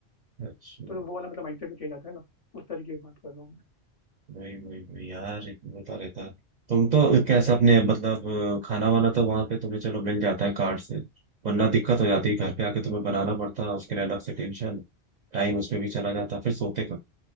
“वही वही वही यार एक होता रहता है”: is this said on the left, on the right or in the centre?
Right